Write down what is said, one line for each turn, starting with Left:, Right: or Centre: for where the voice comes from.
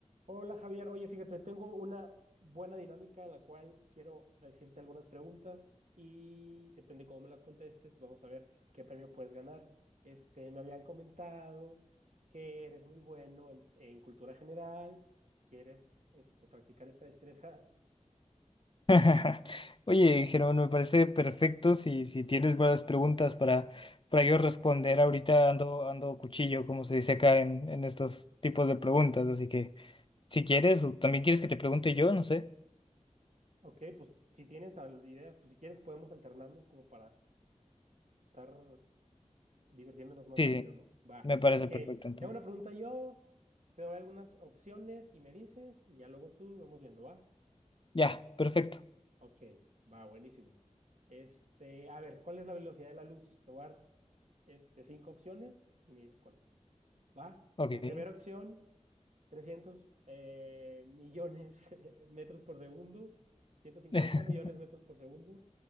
Right: Hola Javier, oye, fíjate, tengo una buena dinámica en la cual quiero decirte algunas preguntas y depende cómo me las contestes, vamos a ver qué premio puedes ganar. Este, me habían comentado que eres muy bueno en, en cultura general, quieres este, practicar esta destreza.
Left: <laughs> Oye, Germán, me parece perfecto si, si tienes buenas preguntas para, para yo responder. Ahorita ando, ando cuchillo, como se dice acá en, en estos tipos de preguntas. Así que si quieres, o también quieres que te pregunte yo, no sé.
Right: Ok, pues si tienes al- ideas, pues si quieres podemos alternarnos como para estar divirtiéndonos más
Left: Sí,
Right: rápido,
Left: sí,
Right: ¿no? Va,
Left: me parece
Right: ok. Te
Left: perfecto entonces.
Right: hago una pregunta yo, te doy algunas opciones y me dices, y ya luego tú vamos viendo, ¿va?
Left: Ya, perfecto.
Right: Ok, va, buenísimo. Este, a ver, ¿cuál es la velocidad de la luz? Te voy a dar este, cinco opciones y me dices cuál es. ¿Va?
Left: Ok.
Right: Ok, primera opción, 300 eh, millones <laughs> metros por segundo, 150
Left: <laughs>
Right: millones metros por segundo,